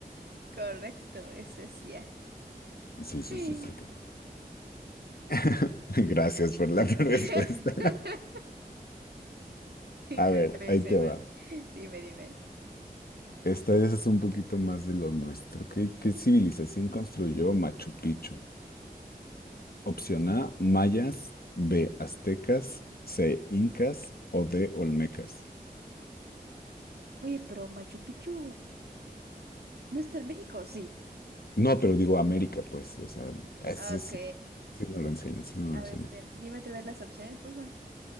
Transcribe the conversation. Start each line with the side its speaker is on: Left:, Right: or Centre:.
Right: Correcto, eso es ya.
Left: Sí, sí,
Right: Ok.
Left: sí, sí. <laughs> Gracias por la <laughs> respuesta.
Right: <laughs>
Left: A
Right: Creo
Left: ver,
Right: que lo
Left: ahí
Right: hice
Left: te
Right: mal.
Left: va.
Right: Dime, dime.
Left: Esta vez es un poquito más de lo nuestro. ¿Qué, qué civilización construyó Machu Picchu? Opción A, mayas, B, aztecas, C, incas o D, olmecas.
Right: Oye, pero Machu Picchu no está en México, sí.
Left: No, pero digo América, pues, o sea, ese
Right: Ok.
Left: sí, sí nos lo enseñan, sí nos
Right: A
Left: lo enseñan.
Right: ver, este, dime otra vez las opciones, porfa.